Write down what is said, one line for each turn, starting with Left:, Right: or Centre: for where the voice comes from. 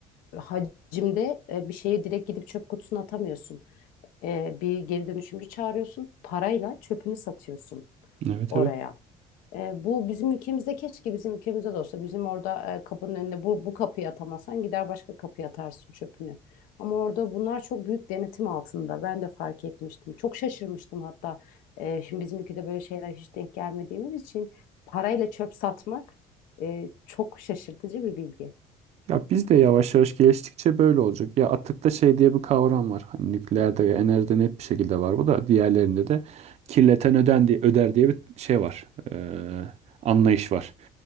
Left: hacimde e, bir şeyi direkt gidip çöp kutusuna atamıyorsun. E, bir geri dönüşümcü çağırıyorsun, parayla çöpünü satıyorsun
Right: Evet
Left: oraya.
Right: evet.
Left: E, bu bizim ülkemizde keşke bizim ülkemizde de olsa bizim orada e, kapının önünde bu, bu kapıyı atamasan gider başka kapıya atarsın çöpünü. Ama orada bunlar çok büyük denetim altında. Ben de fark etmiştim. Çok şaşırmıştım hatta. E, şimdi bizim ülkede böyle şeyler hiç denk gelmediğimiz için parayla çöp satmak e, çok şaşırtıcı bir bilgi.
Right: Ya biz de yavaş yavaş geliştikçe böyle olacak. Ya atıkta şey diye bir kavram var. Hani nükleerde, enerjide net bir şekilde var bu da. Diğerlerinde de kirleten öden diye, öder diye bir şey var. Ee, anlayış var.